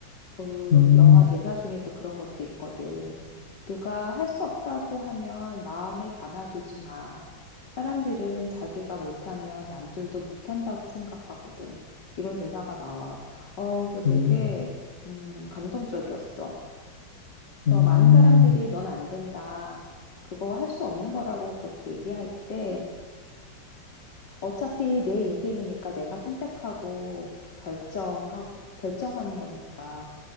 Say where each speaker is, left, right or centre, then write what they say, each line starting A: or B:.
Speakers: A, on the left; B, on the left.
A: 그
B: 음,
A: 영화 대사 중에 또 그런 것도 있거든. 누가 할 수 없다고 하면 마음에 담아두지 마. 사람들은 자기가 못하면 남들도 못한다고 생각하거든. 이런 대사가 나와. 어, 그래서 되게,
B: 음,
A: 음, 감동적이었어. 그래서
B: 음,
A: 많은 사람들이 넌 안 된다. 그거 할 수 없는 거라고 그렇게 얘기할 때, 어차피 내 인생이니까 내가 선택하고 결정하, 결정하는 거니까.